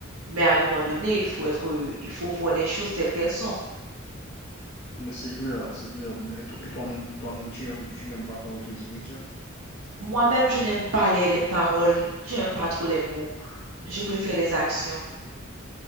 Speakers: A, on the right; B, on the left.
A: Mais à un moment donné, il faut être il faut voir les choses telles qu'elles sont.
B: Mais C'est clair, c'est clair. Et toi- et toi-même, toi-même, tu aimes, tu n'aimes pas quand on te dit je t'aime.
A: Moi-même, je n'aime pas les, les paroles, je n'aime pas trop les mots. Je préfère les actions.